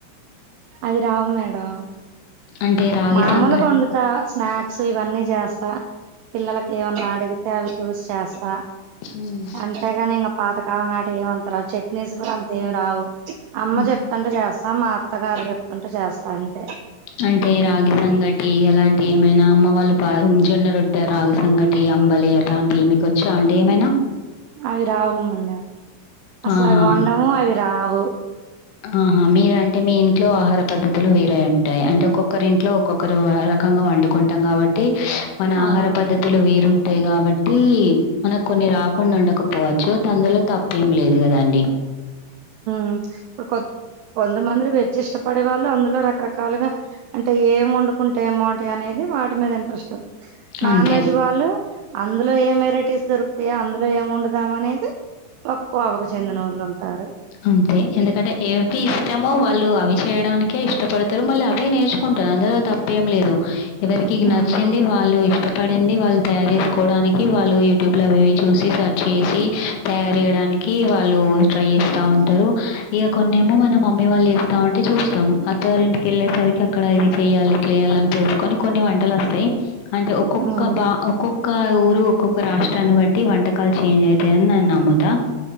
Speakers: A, on the right; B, on the left.
A: అది రావు మేడం
B: అంటే రాగి
A: మామూలుగ
B: సంగ
A: వండుత స్నాక్స్ ఇవన్నీ చేస్తా పిల్లలకి ఏమన్నా అడిగితే అవి చూస్ చేస్తా
B: హ్మ్.
A: అంతేగాని ఇంకా పాతకాలం నాటి ఏమంత రావు చట్నీస్ కూడా అంత ఏమి రావు అమ్మ
B: హ్మ్.
A: చెప్తుంటే చేస్తా మా అత్తగారు చెప్తుంటే చేస్తా అంతే
B: అంటే రాగి సంగటి అలాంటి ఏమైనా అమ్మ వాళ్ళు పా జొన్నరొట్టా రాగి సంగటి అంబలి అలావంటి మీకు వచ్చా అండి ఏమైనా
A: అవి రావు మేడం అసలు
B: ఆహా!
A: అవి వండము అవి రావు
B: ఆహా మీరు అంటే మీ ఇంట్లో ఆహార పద్ధతులు వేరే ఉంటాయి అంటే ఒక్కొక్కరి ఇంట్లో ఒక్కొక్కరు రకంగా వండుకుంటాం కాబట్టి మన
A: అవునవును
B: ఆహార పద్ధతులు వీరూం ఉంటాయి కాబట్టి మనకు కొన్ని రాకుండా ఉండకపోవచ్చు అందులో తప్పేం లేదు కదండి
A: మ్ కొ కొంతమంది వెజ్ ఇష్టపడే వాళ్ళు అందులో రకరకాలుగా అంటే ఏం వండుకుంటే ఏంబాగుంటాయి అనేది వాటి మీద ఇంట్రెస్ట్ నాన్
B: అంతే.
A: వెజ్ వాళ్ళు అందులో ఏం వెరైటీస్ దొరుకుతాయా అందులో ఏం వండుదం అనేది ఒక కోవకు చెందిన వాళ్ళు ఉంటారు
B: అంతే ఎందుకంటే ఏవి ఇష్టమో వాళ్ళు అవి చేయడానికే ఇష్టపడతారు మళ్ళ అవే నేర్చుకుం అందులో తప్పేం లేదు ఎవరికి
A: హ్మ్.
B: నచ్చింది వాళ్ళు ఇష్ ష్టపడింది వాళ్ళు తయారు చేసుకోవడానికి వళ్ళు యూట్యూబ్ లో అవి చూసి సర్చ్ చేసి తయారు చేయడాని వాళ్ళు ట్రై చేస్ స్తా ఉంటారు ఇగ కొన్నిేమో మనం మమ్మీ వాళ్ళు ఇస్తా ఉంటే చూస్తాం అత్తరింటికి వేలే సరికి అక్కడ చెయ్యాలి ఇట్లా చేయాలని తేలుసుకొని కొన్ని వంటలు వస్తాయి అంటే ఒక్కొక్క
A: హ్మ్.
B: బా ఒక్కొక్క ఊరు ఒక్కొక్క రాష్ట్రాన్ని బట్టి వంట కలు చెంజ్ అవుతయని నిను నమ్ముతా